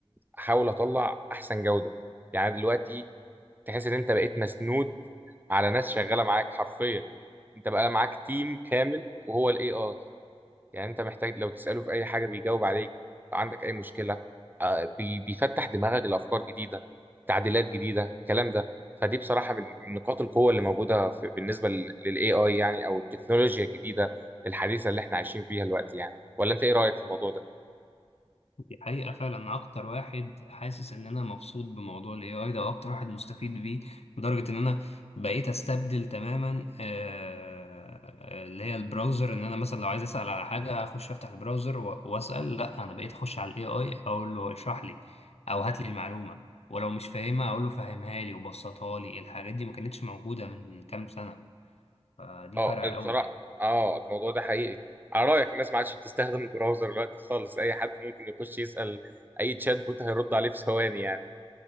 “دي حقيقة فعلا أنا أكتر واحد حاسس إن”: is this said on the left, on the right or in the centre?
Left